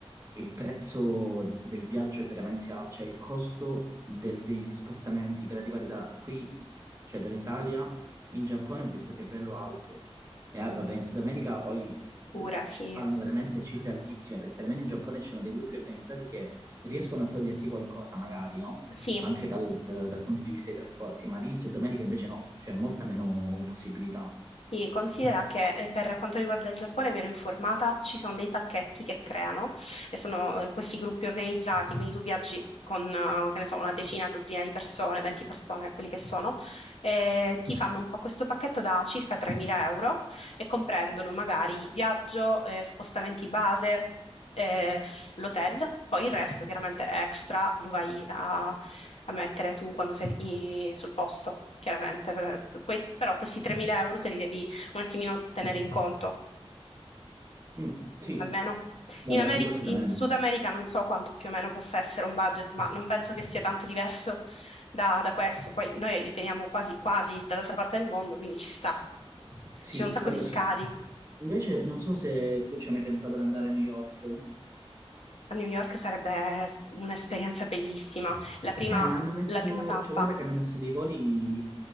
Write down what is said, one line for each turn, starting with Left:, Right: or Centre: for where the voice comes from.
Right: il prezzo del viaggio è veramente alto, cioè il costo del- degli spostamenti per arrivare da qui, cioè dall'Italia in Giappone, ho visto che è bello alto. E ah, vabbè, in
Left: Sì,
Right: Sud America poi
Left: Pura,
Right: eh, ci
Left: sì.
Right: sparano veramente cifre altissime, perché almeno in Giappone ci sono dei gruppi organizzati che riescono a toglierti qualcosa, magari, no?
Left: Sì,
Right: Anche dal, dal punto di vista dei trasporti, ma lì in Sud America invece no, c'è molta meno possibilità.
Left: Sì, considera che eh, per quanto riguarda il Giappone mi ero informata, ci sono dei pacchetti che creano e sono eh, questi gruppi organizzati, quindi tu viaggi con, eh, che ne so, una decina, dozzina di persone, 20 persone, quelli che sono, e ti fanno un po' questo pacchetto da circa 3.000 euro e comprendono magari viaggio, eh, spostamenti base, eh, l'hotel, poi il resto chiaramente extra lo vai a, a mettere tu quando sei i- sul posto, chiaramente, Per- que- però questi 3.000 euro te li devi un attimino tenere in conto,
Right: Mm, sì,
Left: almeno.
Right: vabbè,
Left: In Ameri-
Right: sì, quello sicuramente.
Left: in Sud America non so quanto più o meno possa essere un budget, ma non penso che sia tanto diverso da, da questo. Poi noi veniamo quasi quasi dall'altra parte del mondo, quindi ci sta. Ci
Right: Sì,
Left: sono un sacco
Right: quello
Left: di scali.
Right: sì. Invece, non so se tu ci hai mai pensato di andare a New York.
Left: A New York sarebbe un'esperienza bellissima. La prima,
Right: Eh, ma hanno messo,
Left: la prima tappa.
Right: cioè, guarda che hanno messo dei voli